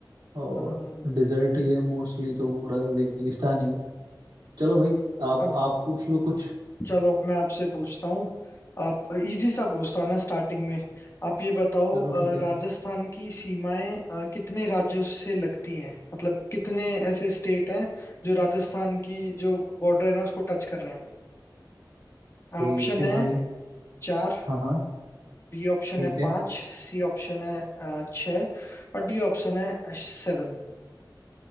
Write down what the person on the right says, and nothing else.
और
डिजर्ट ही है मोस्टली तो वो रा- रेगिस्तान ही है। चलो भाई आप
आप पूछ लो कुछ
चलो
ठीक है
ठीक है
भाई
हाँ हाँ
ठीक
है